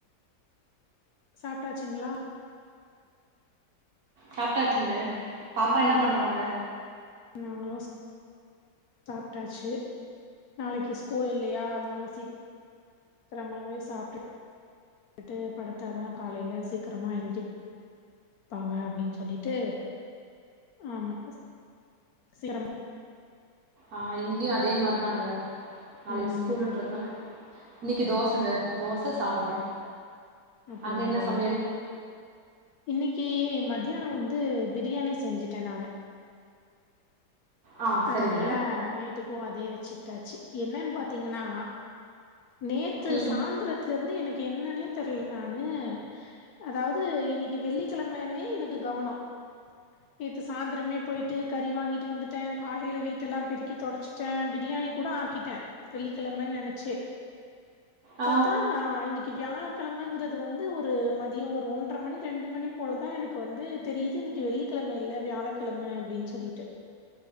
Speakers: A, on the left (about 70°); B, on the right (about 60°).
A: சாப்ட்டாச்சுங்ளா
B: சாப்ட்டாச்சுங்க பாப்பா
A: ஆ
B: என்ன பண்றாங்க
A: நாங்களு ஸ் சாப்ட்டாச்சி நாளக்கி ஸ்கூல் இல்லயா அதுனால சீக் க்ரமாவே சாப்ட்டு விட்டு படத்தாதா காலைல சீக்கரமா எந்த்ரிப் பாங்க அப்டின் சொல்லிட்டு ஆமா <unintelligible>
B: ஆ இங்யு அதே மார் தாங்க நாளைக்கு
A: ம்
B: ஸ்கூலுன்றத்னால இன்னிக்கு தோசங்க தோச சாம்பார்
A: அப்புடிங்ளா
B: அங்க என்ன சமையல்?
A: இன்னிக்கி மத்யான வந்து பிரியாணி செஞ்சுட்ட நானு
B: ஆ
A: அதனால
B: சரிங்க.
A: நைட்டுக்கு அதே வெச்சுக்ட்டாச்சு என்னன் பாத்தீங்கன்னா நேத்து
B: ம்.
A: சாந்ரத்துலேர்ந்து எனக்கு என்னனே தெர்ல நானு அதாவ்து இன்னிக்கு வெள்ளிக்கிழமன்னே எனக்கு கவனோ நேத்து சாந்ரமே பொய்ட்டு கறி வாங்கிட்டு வந்துட்ட காலல வீட்டு எல்லா பெருக்கி தொடச்சிட்ட பிரியாணி கூட ஆக்கிட்ட வெள்ளிக்கிழமன் நெனச்சே
B: ஆ
A: பத்தா இன்னிகி கி வியாழக்கெழமங்கிறது வந்து ஒரு மதியோ ஒரு ஒன்ற மணி ரெண்டு மணிப் போலதா எனக்கு வந்துத் தெரியிது இன்னைக்கு வெள்ளிக்கெழம இல்ல வியாழக்கெழம அப்டின் சொல்லிட்டு